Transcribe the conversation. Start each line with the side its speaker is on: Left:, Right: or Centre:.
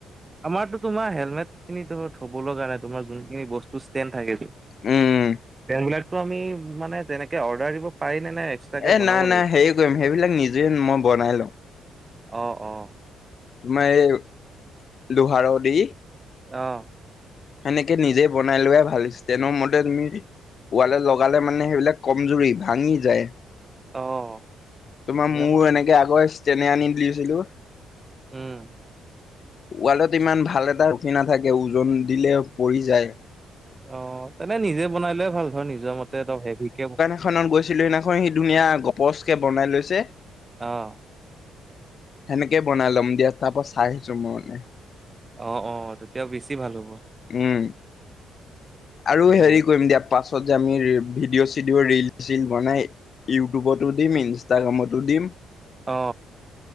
Right: আমাৰতো তোমাৰ হেলমেট খিনি থব'লৈ কাৰণে তোমাৰ যোনখিনি বস্তু ষ্টড থাকে যে
Left: উম
Right: <unintelligible> আমি মানে তেনেকে অৰ্ডাৰ দিব পাৰি নে নে এক্সট্ৰাকে
Left: এ,
Right: বনাব
Left: নাই
Right: লাগিব
Left: নাই হেই কৰিম সেইবিলাক নিজে মই বনাই লওঁ।
Right: অ, অ,
Left: তোমাৰ এই, লোহাৰ দি
Right: অ,
Left: সেনেকে নিজে বনাই লোৱাই ভাল, হৈছটেনো মদেল। ৱালট লগালে মানে সেইবিলাক কমজুৰি, ভাঙি যায়।
Right: অ,
Left: তোমাৰ
Right: সেয়া
Left: মোৰো
Right: মাল
Left: এনেকে আগৰ ইচটেনে আনি দিছিলো।
Right: উম
Left: ৱালত ইমান ভাল এটা ৰখি নাথাকে ওজন দিলে পৰি যায়।
Right: অ, তেনে নিজে বনাই লৈয়ে ভাল ধৰ নিজৰ মতে হেভিকে
Left: সখনত গৈছিলো সেইদিনাখন সি ধুনীয়া গপচ কে বনাই লৈছে।
Right: অ,
Left: সেনেকে বনাই ল'ম দিয়া, তাৰপা চাই আহিছো মই মানে
Right: অ, অ, তেতিয়াও বেছি ভাল হ'ব।
Left: উম, আৰু
Right: তোমাৰ
Left: হেৰি কৰিম দিয়া। পাছত যে আমি ভিডিঅ' চিডিঅ' ৰিল চিল বনাই। ইউটিউব'তো দিম, ইনষ্টাগ্ৰাম'তো দিম।
Right: অ,